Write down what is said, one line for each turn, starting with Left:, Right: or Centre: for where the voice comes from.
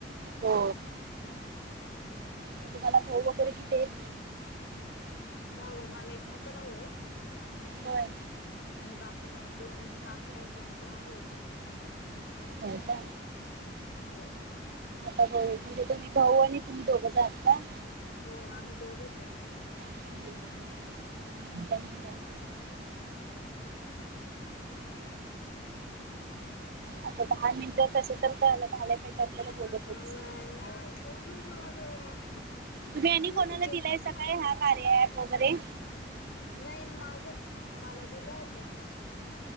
Right: हो, म तुम्हाला भाऊ वगैरे किती हाईत.
Left: भाऊ मला एक मोठा भाऊ आहे.
Right: होय.
Left: आणि बाकी मग दोन काका आहे त्यांचे आहे एक एक.
Right: हो का?
Left: हो,
Right: आता <unintelligible> म्हणजे तुम्ही भाऊ आणि तुम्ही दोघंच आहात का?
Left: हो आम्ही दोघच आहे.
Right: हम्म. <unintelligible>
Left: दोन.
Right: आता दहा मिनिटं कस तर <unintelligible>
Left: <unintelligible>
Right: आपल्याला बोलतच तुम्ही आणि कोणाला
Left: ते केक
Right: दिलायसा
Left: कसं बनवता?
Right: काय हा कार्य ॲप वगैरे.
Left: नाही माझ्या, मला दिला होता.